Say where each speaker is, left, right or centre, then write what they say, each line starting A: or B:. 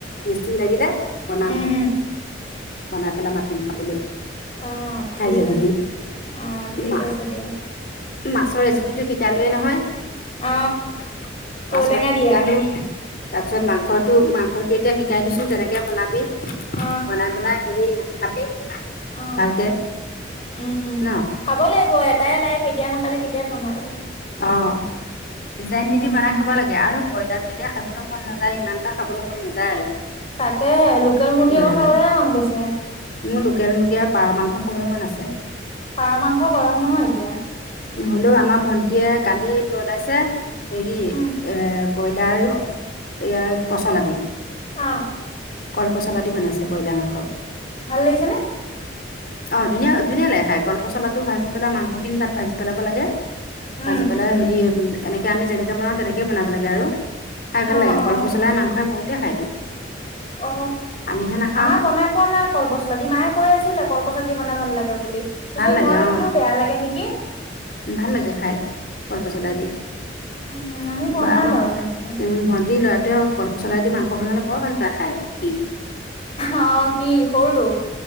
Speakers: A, on the left (about 50°); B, on the left (about 30°).
A: মিছি লাগিলে বনাম
B: উম উম
A: বনাই পেলাই মাটিম খাবলৈ?
B: অ
A: খাই
B: ঠিক
A: যাবিহি
B: আছে অ ঠিক
A: মা
B: আছে দিয়ক।
A: মাছৰ ৰেচিপিটো শিকালোয়ে নহয় মাছটো
B: অ ঔটেঙা
A: শিকালো?
B: দিয়া
A: তাৰপিছত মাংসটো মাংসটো এয়া শ শিকাই দিছো তেনেকে বনাবি
B: অ
A: বনাই বনাই হেৰি খাবি।
B: অ
A: ভালকে।
B: উম
A: ন
B: খাব লাগিব এটাই লাই তে এতিয়া নাখালে কেতিয়া খাম আৰু।
A: অ ডিজাইন
B: উম
A: দি দি বনাই খাব লাগে আৰু ব্ৰইলাৰ টো এতিয়া খাব। খাবলৈ মন নাযায় ইমানটা খাবলৈ মন নাযায় আৰু।
B: তাকেহে লোকেল মুৰ্গী
A: ব্ৰইলাৰডাল
B: অক খাবলৈহে মন গৈছে।
A: মোৰ লোকেল মুৰ্গী পাৰ মাংস খাবলৈ মন আছে?
B: পাৰ মাংস গৰম নহয় এতিয়া।
A: হলেও আমাৰ ভন্টিয়ে কালি বনাইছে হেৰি এ।
B: উম
A: ব্ৰইলাৰ আৰু এইয়াৰ পচলা আদি।
B: অ
A: কলপচলা দি বনাইছে ব্ৰইলাৰ মাংসক।
B: ভাল লাগিছে নে।
A: অ ধুনীয়া ধুনীয়া লাগে খাই কলপচলাটো ভাজি পেলাই মাংস খিনি তাত ভাজি পেলাব লাগে।
B: উম
A: ভাজি পেলাই হেৰি এনেকে আমি যেনেকে বনাও তেনেকে বনাব লাগে আৰু। খাই
B: অ
A: ভাল লাগে
B: অ
A: কলপচলাই মাংসই বহুতেই খাইতো।
B: অ
A: আমিহে নাখাওঁ
B: আমাৰ বনাই পোৱা নাই কল পচল দি মায়ে কৈ আছিলে? খৰ পচল দি বনাই ভাল লাগা বুলি তাৰ
A: ভাল
B: পিছত
A: লাগে
B: মই
A: অ
B: বোলো বেয়া লাগে নেকি?
A: ভাল লাগে খাই কলপচলা দি।
B: উম আমি খোৱা
A: বা
B: নাই
A: আমাৰ
B: বাৰু তেনেকে
A: উ ভন্টি লৰাটোৱে কলপচলাইদি মাংস বনালে বৰ ভাল পায় খাই। উম
B: অ কি সৰুটো?